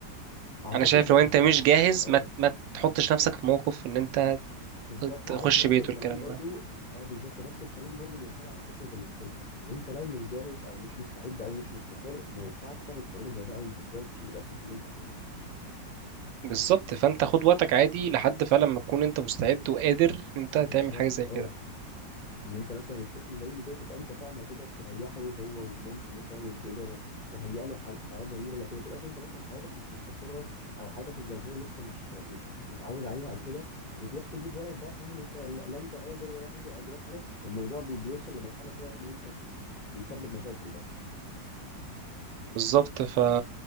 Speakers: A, on the left (about 65°); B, on the right (about 85°).
A: اعتقد
B: انا شايف
A: ده
B: لو انت
A: حاجه
B: مش جاهز
A: حاجه اه
B: ما ما تحطش نفسك في موقف ان انت
A: بالظبط
B: تخش
A: عارف نفس
B: بيت
A: الكلام
B: والكلام
A: برضو
B: ده
A: اه بالظبط نفس الكلام برضو بينطبق على فكره الخلفه ان انت لو مش جاهز او مش مستعد او مش مستقر ما ينفعش تاخد قرار زي ده اول ما تتجوز عشان يبقى اسمك ان انت خلفت
B: بالظبط فانت خد وقتك عادي لحد فعلا ما تكون انت مستعد وقادر ان انت
A: بالظبط
B: تعمل حاجه زي
A: اه
B: كده
A: ان انت مثلا الطفل اللي هيجي ده تبقى انت فعلا هتقدر تريحه هو ومامته مثلا وتقدر تهيئ له ح- حياه جميله لكن ما تبقاش انت مثلا حياتك مش مستقره او حياتك الزوجيه لسه مش مش مش متعود عليها او كده وتروح تجيب ولد بقى فاهم انت لا لا انت قادر ولا هي قادره خلاص فالموضوع بي- بيوصل لمرحله كده ان انت بيسبب مشاكل بقى
B: بالظبط ف